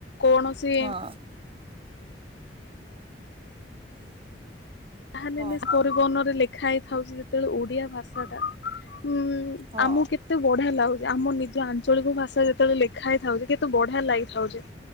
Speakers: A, on the left; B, on the right.
A: କୌଣସି
B: ହଁ,
A: ତାହାମିଷ
B: ହଁ, ହଁ।
A: ପରିବହନରେ ଲେଖା ହେଇଥାଉଛି ଯେତେବେଳେ ଓଡିଆ ଭାଷା ଟା ଉଁ
B: ହଁ,
A: ଆମକୁ କେତେ କେତେ ବଢିଆ ଲାଗୁଛି ଆମ ନିଜ ଆଞ୍ଚଳିକ ଭାଷା ଯେତେବେଳେ ଲେଖା ହେଇଥାଉଛି କେତେ ବଢିଆ ଲାଗିଥାଉଛି।